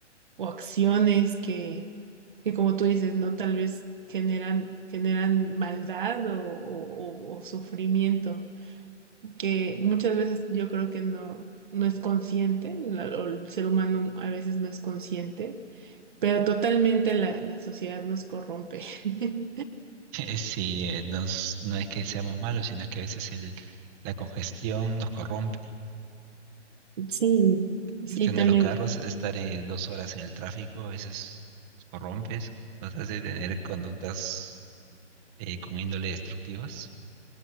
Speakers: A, on the right; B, on the right.
A: o acciones que, que como tú dices, ¿no? Tal vez generan, generan maldad o, o- o- o sufrimiento, que muchas veces yo creo que no, no es consciente, la- o el ser humano a veces no es consciente, pero totalmente la, la sociedad nos corrompe. <laughs>
B: <laughs> Sí, eh, no, es- no es que seamos malos, sino que a veces el, la congestión nos corrompe.
A: Sí,
B: La congestión
A: Sí, también.
B: de los carros, estar eh, dos horas en el tráfico, a veces nos corrompe, eso, nos hace tener conductas eh, con índole destructivas.